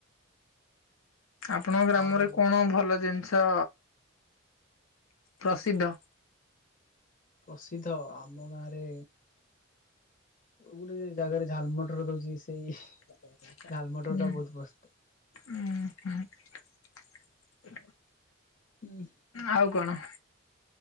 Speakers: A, on the left (about 80°); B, on the left (about 40°).
A: ଆପଣଙ୍କ ଗ୍ରାମରେ
B: ଆଉ
A: କଣ ଭଲ ଜିନିଷ ପ୍ରସିଦ୍ଧ?
B: ପ୍ରସିଦ୍ଧ ଆମ ଗାଁରେ ଗୋଟେ ଜାଗାରେ ଝାଲମଟର ଦଉଛି ସେଇ
A: ହୁଁ
B: ଝାଲମଟର ଟା ବହୁତ ପ୍ରସିଦ୍ଧ।
A: ଓ ହ
B: ଉଁ
A: ଆଉ କଣ?